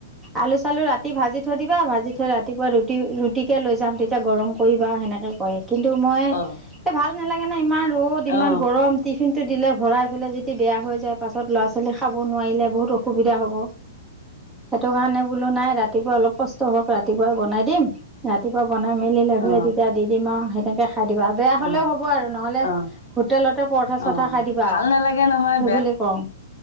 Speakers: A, in the centre; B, on the left (about 75°).
A: আলু-চালু ৰাতি ভাজি থৈ দিবা, ভাজি থৈ ৰাতিপুৱা ৰুটি-ৰুটি লৈ যাম তেতিয়া গৰম কৰিবা সেনেকে কয় কিন্তু মই
B: অ অ
A: ভাল নালাগে ন ইমান ৰ'দ, ইমান
B: অ
A: গৰম টি টিফিনটো দিলে ভৰাই পেলাই যদি বেয়া হৈ যায়, পাছত ল'ৰা ছোৱালী খাব নোৱাৰিলে বহুত অসুবিধা হ'ব। সেইটো কাৰণে বোলো নাই ৰাতিপুৱা অলপ কষ্ট হওঁক ৰাতিপুৱাই বনাই দিম। ৰাতিপুৱা বনাই মেলি লৈ ফেলে
B: অ
A: তেতিয়া দি দিম আৰু সেনেকে খাই দিবা আৰু বেয়া হ'লেও
B: অ
A: হ'ব আৰু নহ'লে
B: অ
A: হোটেলতে পৰঠা -চৰঠা চৰঠা
B: অ
A: খাই দিবা
B: ভাল
A: আৰু
B: নালাগে নহয়
A: সেইবুলি
B: বেয়া
A: কওঁ